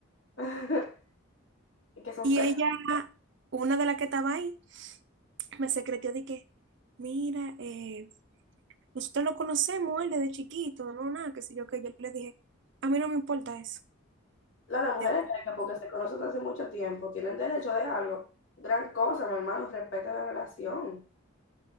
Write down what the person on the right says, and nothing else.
Y
ella, una de las que estaba ahí, me secretó de que, mira, eh, Nosotros lo conocemos, él desde chiquito, no, nada, qué sé yo, que yo le dije, a mí no me importa eso.
De-